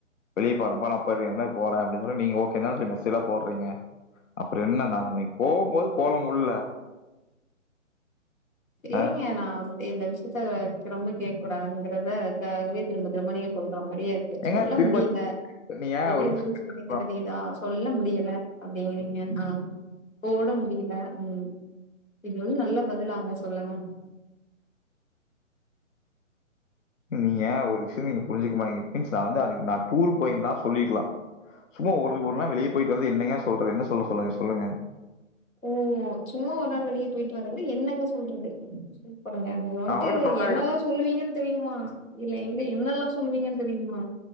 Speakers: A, on the left (about 70°); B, on the left (about 85°).
A: வெளிய போறப்பா நா அப்ற என்ன போறேன் அப்டினு சேரி நீங்க ஓகேனா சொல்லி கட்சீல போடுறீங்க அப்பறம் என்ன நான் நாளனைக்கு போம்போது போலமுல்ல
B: ஏங்கனாது
A: ஆ.
B: இந்த விஷயத்த திரும்ப கேக் கூடாதுங்கறத தாகவே திரும்ப திரும்ப நீங்க சொல்ற மாறியே செர்
A: ஏங்க
B: சொல்ல
A: திரும்ப
B: முடியல
A: நீங்க
B: இப்டின்னு
A: ஒரு நிமிஷம்
B: தோனுச்சி
A: கேட்டுக்கலாம்.
B: இப்ப எங்க தெரியுதா சொல்ல முடியல அப்டிங்கிறீங்க ஆ போட முடியல ம் இது வந்து நல்ல பதிலாங்க சொல்லுங்க
A: நீங்க ஒரு விஷ்யோ நீங்க புரிஞ்சுக்க மாட்டங்கிறிங்க <unintelligible> நா டூருக்கு பொயிருந்தா சொல்லிக்கலா சும்மா ஒரு ஒரு நாள் வெளியே பொயிட்டு வந்து என்னங்க சொல்றது என்ன சொல்ல சொல்லுங்க சொல்லுங்க
B: ஓ சும்மா ஒரு நாள் வெளியே பொய்ட்டு வர்து என்னங்க சொல்றது குடுங்க நீங்க வன்ட்டு
A: நான் உங்ககிட்ட சொன்னேனே
B: என்னெல்லா சொல்லுவீங்கன் தெரியுமா இல்ல எங்க என்னெல்லா சொல்லுவீங்கனு தெரியுமா